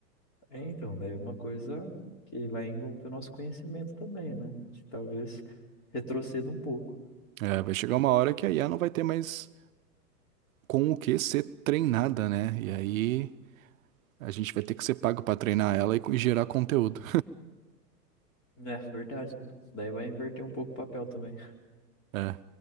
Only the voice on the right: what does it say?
É, vai chegar uma hora que a IA não vai ter mais com o que ser treinada, né? E aí a gente vai ter que ser pago pra treinar ela e co- e gerar conteúdo.
É.